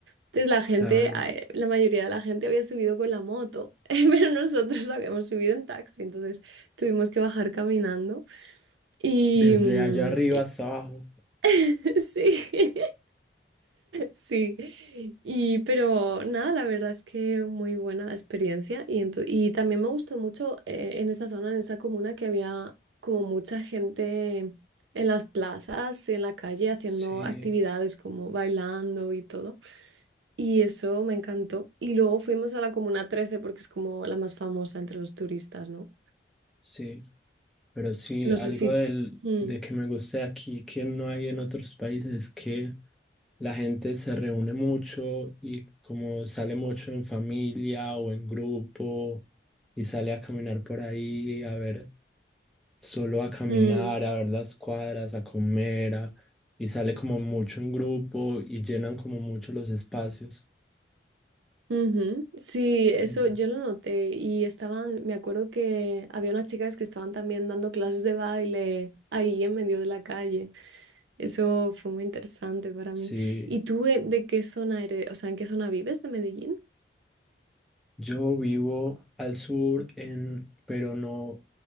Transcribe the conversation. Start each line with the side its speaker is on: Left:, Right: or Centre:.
Right: Entonces la gente,
Centre: claro.
Right: a- eh, la mayoría de la gente había subido con la moto, <laughs> pero nosotros habíamos subido en taxi, entonces tuvimos que bajar caminando y
Centre: Desde
Right: mm,
Centre: allá arriba
Right: y-
Centre: hasta abajo.
Right: <laughs> sí. Sí, y pero nada, la verdad es que muy buena la experiencia y, ento- y también me gustó mucho eh, en esa zona, en esa comuna, que había como mucha gente en las plazas, y en la calle, haciendo
Centre: Sí,
Right: actividades como bailando y todo. Y eso me encantó. Y luego fuimos a la comuna 13 porque es como la más famosa entre los turistas, ¿no?
Centre: sí. Pero sí,
Right: No
Centre: algo
Right: sé si...
Centre: del,
Right: Mm,
Centre: de que me gusta aquí, que no hay en otros países, es que la gente se reúne mucho y como sale mucho en familia o en grupo y sale a caminar por ahí, a ver, solo a caminar,
Right: mm.
Centre: a ver las cuadras, a comer, a- y sale como mucho en grupo y llenan como mucho los espacios.
Right: Ujú. Sí, eso
Centre: Sí.
Right: yo lo noté y estaban, me acuerdo que había unas chicas que estaban también dando clases de baile ahí en medio de la calle. Eso fue muy interesante para
Centre: Sí.
Right: mí. ¿Y tú eh, de qué zona eres? O sea, ¿en qué zona vives de Medellín?
Centre: Yo vivo al sur, en, pero no